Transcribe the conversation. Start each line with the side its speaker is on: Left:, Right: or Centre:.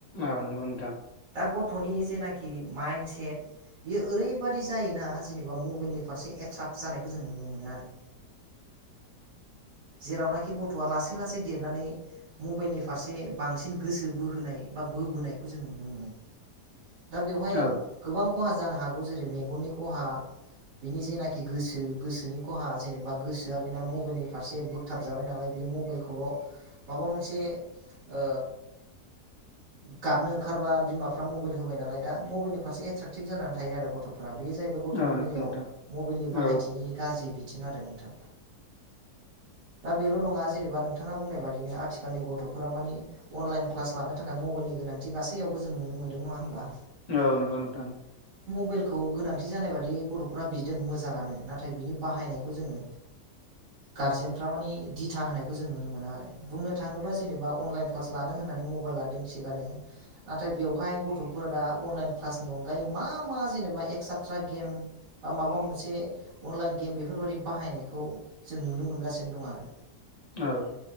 Left: औ नोंगौ नोंथां।
Right: दा गथनि जेनाखि माइन्द सेट बेयो ओरैबादि जायोना जेनेबा मबाइलनि फारसे एट्राक जानायखौ जों नुनो मोनो आरो जेरावनाखि गथआ लासै-लासै देरनानै मबाइलनि फारसे बांसिन गोसो बोहोनाय बा बोबोनायखौ जों नुनो मोनो। दा बेवहाय
Left: औ
Right: गोबां खहा जानो हागौ जेरै मेगननि खहा, बिनि जेनाखि गोसो गोसोनि खहा, जेनेबा गोसोआ बेना मबाइलनि फारसे बोगथाब जाबाय नालाय बे मबाइलखौल' माबा मोनसे ओ गाबनो ओंखारबा बिमाफ्रा मबाइल होबाय नालाय दा मबाइलनि फारसे एट्राेकटिभ जानानै थायो आरो गथ'फोरा। बेयो जाहैबाय गथ'नि
Left: औ नंगौ
Right: बेलायाव
Left: नोंथां
Right: मबाइलनि बाहायथिनि
Left: औ
Right: गाज्रि बिथिं आरो नोंथां। <inaudible> दा बेल' नङा जेनेबा नोंथाङा बुंनाय बादिनो आथिखालनि गथ'फोरा माने अनलाइन क्लास लानो थाखाय मबाइलनि गोनांथि गासैयावबो जों नुनो मोनदों नङा होमबा?
Left: औ नोंगौ नोंथां।
Right: मबाइेल खौ गोनांथि जानाय बादि गथ'फोरा बिदों मोजाङानो नाथाय बिनि बाहायनायखौ जोङो गारजेनफ्रा माने दिथा होनायखौ जों नुनो मोनो आरो बुंनो थाङोबा जेनेबा अनलाइन क्लास लानो होनना नै मबाइल लादों थिगानो नाथाय बेवहाय गथ'फोरा अनलाइन क्लासनि अनगायै मा मा जेनेबा एक्सेट्रा गेम बा माबा मोनसे अनलाइन गेम बेफोरबादि बाहायनायखौ जों नुनो मोनगासिनो दं आरो।
Left: औ।